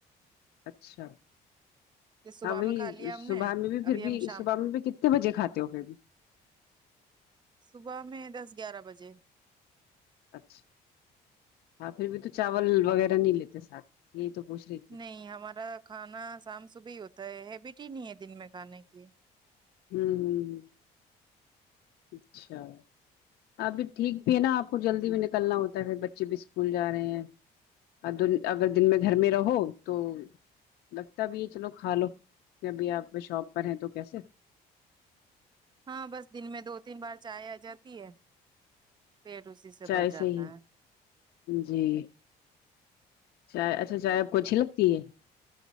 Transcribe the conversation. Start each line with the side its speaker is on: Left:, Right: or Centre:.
Left: اچھا
Right: یہ صبح
Left: ہاں وہی
Right: میں کھا لیا ہم نے
Left: صبح میں بھی پھر
Right: ابھی
Left: بھی
Right: ہم شام
Left: صبح میں بھی کتنے بجے کھاتے ہو پھر بھی
Right: صبح میں دس گیارہ بجے
Left: اچھا ہاں پھر بھی تو چاول وغیرہ نہیں لیتے سات یے تو پوچ رہی
Right: نہیں ہمارا کھانا شام صبح ہی ہوتا ہے ہیبٹ ہی نہیں ہے دن میں کھانے کی
Left: ہمم ہمم ہمم اچھا اب بھی ٹھیک بھی ہے نا آپ کو جلدی بھی نکلنا ہوتا ہے پھر بچچے بھی اسکول جا رہے ہیں ادون اگر دن میں گھر میں رہو تو لگتا ہے بھی یے چلو کھا لو ابھی آپ شاپ پر ہیں تو کیسے
Right: ہاں بس دن میں دو تین بار چائے آ جاتی ہے پیٹ اس سے
Left: چائے
Right: بھر جاتا
Left: ہی
Right: ہے
Left: جی چائے اچھا چائے آپ کو اچھی لگتی ہے